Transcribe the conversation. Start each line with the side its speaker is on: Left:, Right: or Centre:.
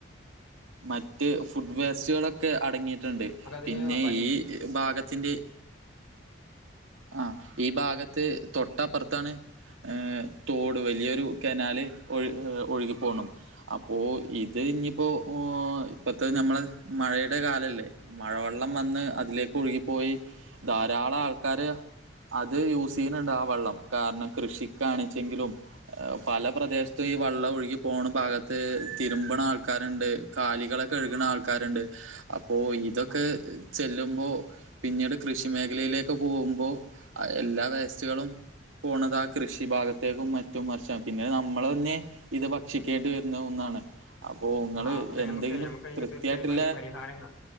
Right: മറ്റ് ഫുഡ് വേസ്റ്റുകളൊക്കെ അടങ്ങിയി ട്ട്ണ്ട്.
Left: നമുക്ക് അതിന്
Right: പിന്നെ
Left: പരി
Right: ഈ ഭാഗ ത്തിന്റെ ആഹ് ഈ ഭാഗത്ത് തൊട്ടപ്പർത്താണ് ഏഹ് തോട് വെല്ല്യൊരു കനാല് ഒഴ് ഏഹ് ഒഴുകിപ്പോണം അപ്പോ ഇത് ഞ്പ്പോ ഓഹ് ഇപ്പത്തെ ഞമ്മള മഴയുടെ കാലല്ലേ മഴവെള്ളം വന്ന് അതിലേക്ക് ഒഴുകിപ്പോയി ധാരാളാൾക്കാര് അത് യൂസ്യ്യ്ണ് ണ്ട് ആ വെള്ളം കാരണം കൃഷി കാണിച്ചെങ്കിലും ഏഹ് പല പ്രദേശത്തും ഈ വെള്ളം ഒഴുകി പോണ ഭാഗത്ത് തിരിമ്പ് ണാൾക്കാര്ണ്ട് കാലികളെ കഴ്ക്ക്ണാൾക്കാര്ണ്ട്. പ്പോ ഇതൊക്കെ
Left: ആ
Right: ച് ചെല്ലുമ്പോൾ പിന്നീട് കൃഷി മേഖലയിലേക്ക് പോ വുമ്പോ ആഹ് എല്ലാ വേസ്റ്റുകളും പോണ താ കൃഷി ഭാഗത്തേക്കും മറ്റും മർച്ചാണ് പിന്നെ നമ്മളെന്നെ ഇത് ഭക്ഷിക്കേണ്ടി വരുന്ന ഒന്നാണ്. അപ്പോ നിങ്ങള്
Left: ആഹ് അപ്പൊ
Right: എന്തെങ്കിലും
Left: ഞമ്മക്ക് ഞമ്മക്കയ്ന്
Right: കൃത്യായിട്ടുള്ള
Left: തീർച്ചയായും പരി പരിഹാരം കാ